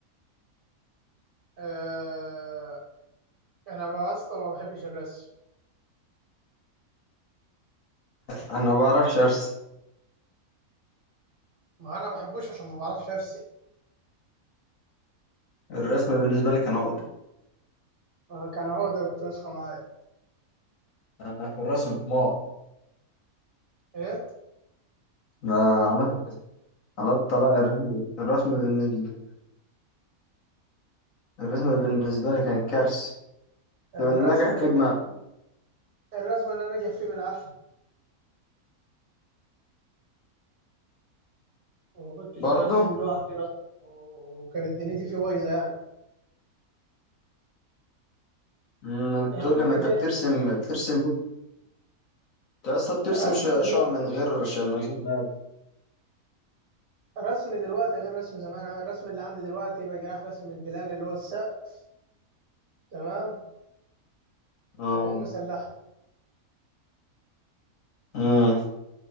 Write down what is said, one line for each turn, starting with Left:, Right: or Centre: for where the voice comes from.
Right: آه انا بقى يا اسطى ما بحبش الرسم
Left: انا ما بعرفش ارسم
Right: ما انا ما بحبوش عشان ما بعرفش ارسم
Left: الرسم بالنسبه لي كان عقد
Right: آه، كان هو ده بتوسخة معايا
Left: انا في الرسم حمار
Right: ايه
Left: لا، على على الطلاق الرسم الرسم بالنسبه الرسم بالنسبه لي كان كارثه
Right: الرسم
Left: طب النجح في
Right: يا
Left: دماغي
Right: عم الرسم انا ناجح فيه بالعافية وما كنتش
Left: برضه
Right: برسم لوحدي أصلاً، وكانت دنيتي فيه بايظة يعني
Left: ما انت
Right: يعني
Left: تقول
Right: هم
Left: لي ما
Right: منجحين
Left: انت بترسم بترسم انت اصلا بترسم
Right: رسم
Left: ش-
Right: دلوقتي
Left: شقق من غير ش- من غير بقى
Right: رسم دلوقتي غير رسم زمان عامل الرسم اللي عندي دلوقتي بقى راح رسم البلان اللي هو السقف تمام
Left: اه
Right: واقوم مسلحه
Left: امم